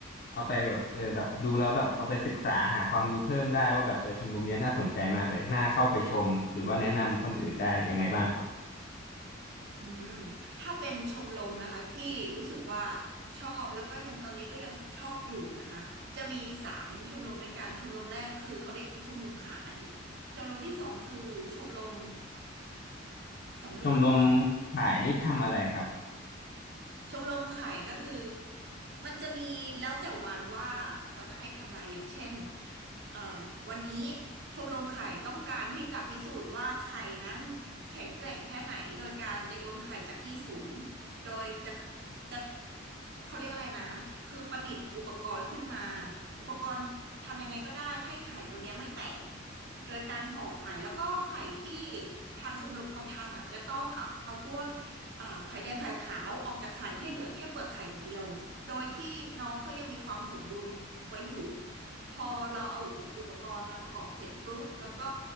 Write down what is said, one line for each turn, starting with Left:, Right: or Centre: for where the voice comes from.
Left: เอาไปแบบเออแบบดูแล้วแบบเอาไปศึกษาหาความรู้เพิ่มได้ว่าแบบเออชมรมเนี้ยน่าสนใจมากเลยน่าเข้าไปชมหรือว่าแนะนำคนอื่นได้ยังไงบ้างครับ
Right: อืมถ้าเป็นชมรมนะคะที่รู้สึกว่าชอบแล้วก็ยังตอนนี้ก็ยังชอบอยู่นะคะจะมีสามชมรมด้วยกันชมรมแรกคือเขาเรียกชมรมไข่ชมรมที่สองคือชมรมสำรวจ
Left: ชมรมขายนี่ทำอะไรครับ
Right: ชมรมไข่ก็คือมันจะมีแล้วแต่วันว่าเขาจะให้ทำอะไรอย่างเช่นเอ่อวันนี้ชมรมไข่ต้องการที่จะพิสูจน์ว่าไข่นั้นแข็งแกร่งแค่ไหนโดยการจะโยนไข่จากที่สูงโดยจะจะเขาเรียกอะไรนะคือประดิษฐ์อุปกรณ์ขึ้นมาอุปกรณ์ทำยังไงก็ได้ให้ไข่ตัวเนี้ยไม่แตกโดยการห่อไข่แล้วก็ไข่ที่ทางชมรมเขาทำน่ะจะต้องเอาเอาพวก เอ่อไข่แดงไข่ขาวออกจากไข่ให้เหลือแค่เปลือกไข่อย่างเดียว โดยที่น้องเขายังมีความสมบูรณ์ไว้อยู่ พอเราเอาอุปกรณ์มาประกอบเสร็จปุ๊บ แล้วก็